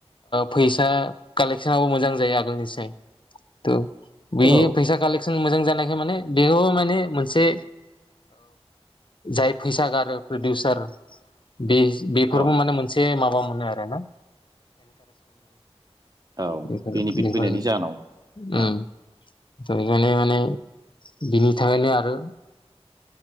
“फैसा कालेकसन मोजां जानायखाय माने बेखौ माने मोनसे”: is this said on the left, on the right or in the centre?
Left